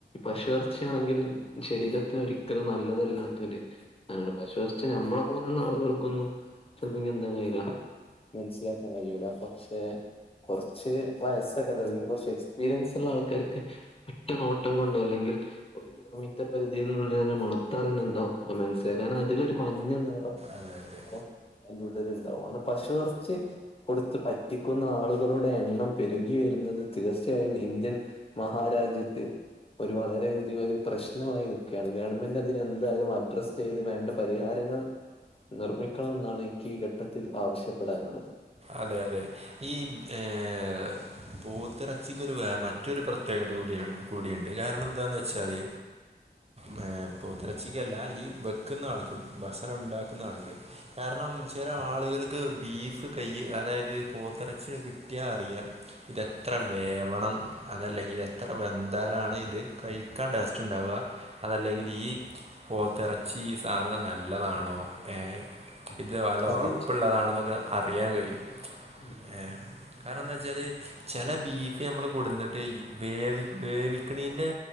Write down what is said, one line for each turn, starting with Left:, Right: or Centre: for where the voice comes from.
Left: പശു ഇറച്ചിയാണെങ്കിൽ ശരീരത്തിന് ഒരിക്കലും നല്ലതല്ലാത്ത അങ്ങാന പശു ഇറച്ചി ഞമ്മളെ പോലുള്ള ആളുകൾക്കൊന്നും ചെലപ്പംഗി എന്തേയ്യൂല മനസ്സിലാക്കാൻ കയ്യൂല പക്ഷെ കുറച്ച് വയസ്സൊക്കെ ഉണ്ട കുറച്ച് എക്സ്പീരിയൻസ് ഉള്ള ആൾക്കാർക്ക് ഒറ്റ നോട്ടം കൊണ്ടോ അല്ലെങ്കിൽ ഒരു കിലോമീറ്റർ പരിധിയിലുള്ള തെ മണതറിയണ്ണ്ടാവും എന്താ <unintelligible> അതിലൊരു മഞ്ഞ നിറം
Right: അതെ
Left: ചിലപ്പോ
Right: അതെ
Left: അതിന്റെ ഉള്ളില് ഉണ്ടാവും അതിന് പശു ഇറച്ചി കൊടുത്ത് പറ്റിക്കുന്ന ആളുകളുടെ എണ്ണം പെരുകി വരുന്നത് തീർച്ചയായും ഇന്ത്യൻ മഹാരാജ്യത്ത് ഒരു വളരെയധികം ഒരു പ്രശ്നമായി നിക്കയാണ് ഗവൺമെന്റ് അതിനെന്തായാലും അഡ്രസ് ചെയ്ത് വേണ്ട പരിഹാരങ്ങൾ നിർമ്മിക്കണം എന്നാണ് എനിക്ക് ഈ ഘട്ടത്തിൽ ആവശ്യപ്പെടാനുള്ളത്.
Right: അതെ അതെ ഈ ഏഹ് പോത്തിറച്ചിക്കൊരു വേ മറ്റൊരു പ്രത്യേകത കൂടിയാണ് കൂടിയുണ്ട് കാരണം എന്താന്ന് വെച്ചാല് മേ പോത്തെറച്ചിക്കല്ല ഈ വെക്കുന്ന ആൾക്ക് ഭക്ഷണ ഉണ്ടാക്കുന്ന ആൾക്ക് കാരണം ചില ആളുകൾക്ക് ബീഫ് കൈയ്യ് അതായത് പോത്തിറച്ചില് കിട്ടിയാ അറിയാം. ഇതെത്ര വേവണം അതല്ലെങ്കിൽ എത്ര വെന്താലാണ് ഇത് കഴിക്കാൻ ടേസ്റ്റ് ഇണ്ടാവാ. അതല്ലെങ്കിൽ ഈ പോത്തിറച്ചി ഈ സാധനം നല്ലതാണോ? ഏഹ് ഇത് നല്ല
Left: അത്
Right: ഉറപ്പുള്ളതാണോന്നൊക്കെ അറിയാൻ കഴിയും.
Left: ഉം മ്ഹ്
Right: ആഹ് കാരണം എന്താ വെച്ചാല് ചില ബീഫ് ഞമ്മള് കൊടുന്നിട്ട് വേവി വേവിക്കണീൻ്റെ